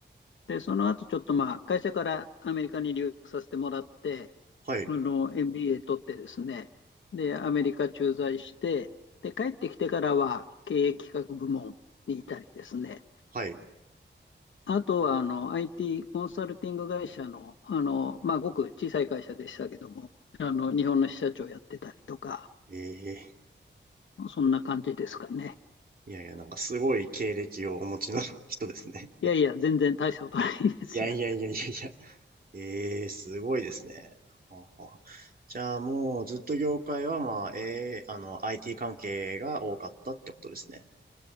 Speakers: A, on the left (about 75°); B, on the right (about 50°).
A: で、その後ちょっとまあ、会社からアメリカに留学させてもらって、
B: はい、
A: あの、MBA 取ってですね。で、アメリカ駐在して、で、帰ってきてからは経営企画部門にいたりですね。
B: はい。
A: あとは、あの、IT コンサルティング会社の、あの、まあ、ごく小さい会社でしたけども、あの、日本の支社長やってたりとか、
B: ええ
A: そんな感じですかね。
B: いやいや、なんかすごい経歴をお持ちの <laughs> 人ですね。
A: いやいや、全然大したことないですよ。
B: <laughs> いやいやいやいやいや。ええすごいですね。はあはあじゃあもうずっと業界はまあ、ええあの、IT 関係が多かったってことですね。